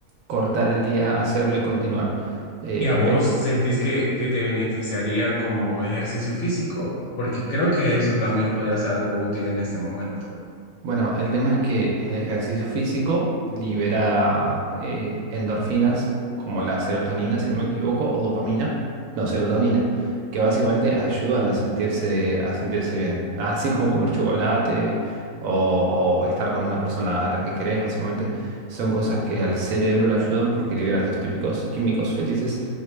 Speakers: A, on the right; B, on the left.
A: cortar el día, hacerlo y continuar. Eh,
B: ¿Y a vos
A: me-
B: sentís que, que te beneficiaría como ejercicio físico? Porque creo que eso también podría ser algo útil en este momento.
A: Bueno, el tema es que el ejercicio físico libera eh, endorfinas como la serotonina, si no me equivoco, o dopamina, no, serotonina, que básicamente ayudan a sentirse, a sentirse bien. Así como comer chocolate o, o estar con una persona a la que querés, básicamente, son cosas que al cerebro le ayudan porque liberas los típicos químicos felices.